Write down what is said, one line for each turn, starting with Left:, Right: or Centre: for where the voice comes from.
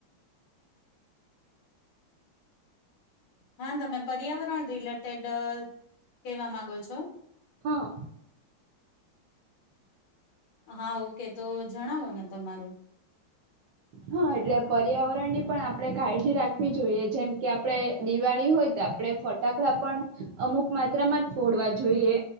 Left: હા, તમે પર્યાવરણ રિલેટેડ કેવા માંગો છો?
Right: હા.
Left: હા, ઓકે તો જણાવો ને તમારું?
Right: હા એટલે પર્યાવરણની પણ આપણે કાળજી રાખવી જોઈએ. જેમ કે આપણે દિવાળી હોય તો આપડે ફટાકડા પણ અમુક માત્રામાં જ ફોડવા જોઈએ.